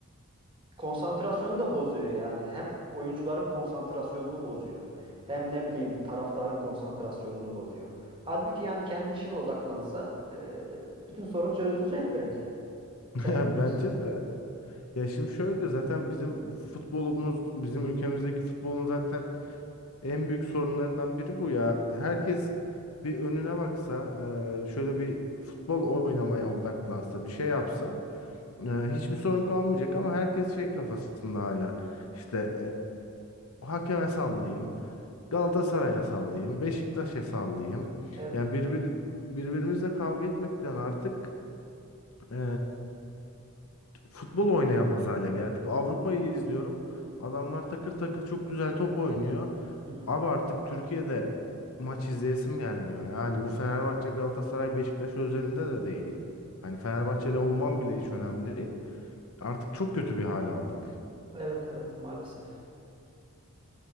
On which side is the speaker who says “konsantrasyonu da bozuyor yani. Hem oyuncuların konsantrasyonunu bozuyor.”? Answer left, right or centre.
Right